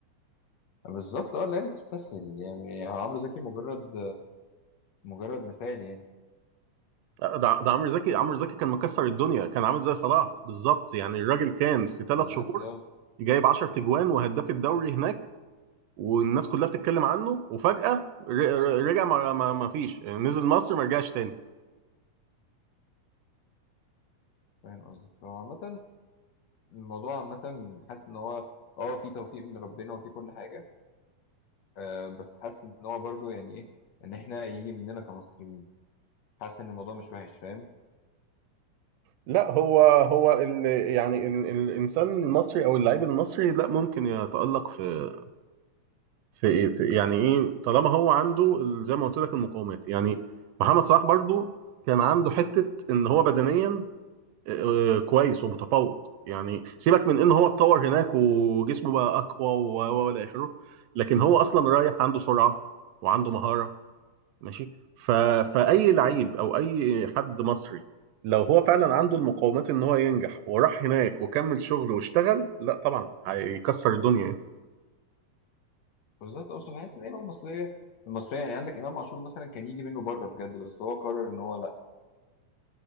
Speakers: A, on the left (about 65°); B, on the right (about 80°).
A: آه، بالظبط اه اللعيبه بتستسهل يعني هو عمرو زكي مجرد مجرد مثال يعني
B: ده ده عمرو زكي عمرو زكي كان مكسر الدنيا كان عامل زي صلاح بالظبط يعني الراجل كان في ثلاث
A: بالظبط
B: شهور
A: اه
B: جايب 10 تجوان وهداف الدوري هناك والناس كلها بتتكلم عنه وفجأة ر- ر- رجع ما ما ما فيش يعني نزل مصر ما رجعش تاني
A: فاهم قصدك هو عامة الموضوع عامة حاسس ان هو اه في توفيق من ربنا وفي كل حاجة آه بس حاسس ان هو برضه يعني ايه ان احنا يجي مننا كمصريين حاسس ان الموضوع مش وحش فاهم
B: لا هو هو ال يعني ال الانسان المصري او اللاعب المصري لا ممكن يتألق في في ايه في يعني ايه طالما هو عنده ال- زي ما قلت لك المقومات يعني محمد صلاح برضو كان عنده حتة ان هو بدنيا آه، كويس ومتفوق يعني سيبك من ان هو اتطور هناك وجسمه بقى اقوى و و- والى اخره لكن هو اصلا رايح عنده سرعه وعنده مهاره ماشي ف... فاي لعيب او اي حد مصري لو هو فعلا عنده المقومات ان هو ينجح وراح هناك وكمل شغله واشتغل لا طبعا هيكسر الدنيا يعني
A: بالظبط اصلا حاسس ان اللعيبة المصرية المصرية يعني عندك امام عاشور مثلا كان يجي منه بره بجد بس هو قرر ان هو